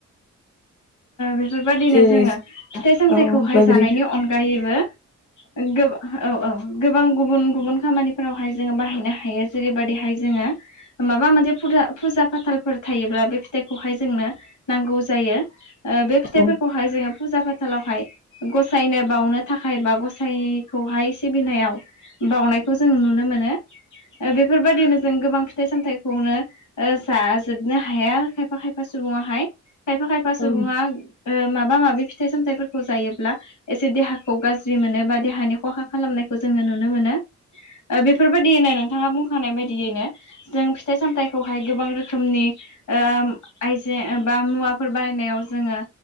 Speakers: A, on the left (about 90°); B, on the left (about 55°).
A: बेफोरबायदिनो
B: जेरै
A: जोङो फिथाइ सामथाइखौहाय
B: औ बैग्रि
A: जानायनि अनगायैबो ओ गोब - औ औ गोबां गुबुन गुबुन खामानिफोरावहाय जोङो बाहायनो हायो। जेरैबायदिहाय जोङो माबा मोनसे फुजा फाथालफोर थायोब्ला बे फिथाइखौहाय जोंनो नांगौ जायो। बे फिथाइफोरखौहाय
B: औ
A: जोङो फुजा फाथालावहाय गसायनो बावनो थाखाय बा गसायखौहाय सिबिनायाव बावनायखौ जों नुनो मोनो बेफोरबायदिनो जों गोबां फिथाइ सामथाइखौनो ओ जाजोबनो हाया खायफा खायफा सुबुङाहाय खायफा खायफा सुबुङा
B: औ
A: ओ माबा माबि फिथाइ सामथाइफोरखौ जायोब्ला एसे देहाखौ गाज्रि मोनो बा देहानि खहा खालामनायखौ जोङो नुनो मोनो। ओ बेफोरबायदियैनो नोंथाङा बुंखानाय बायदियैनो जों फिथाइ सामथाइखौहाय गोबां रोखोमनि ओ आइजोें बा मुवा फोर बानायनायाव जोङो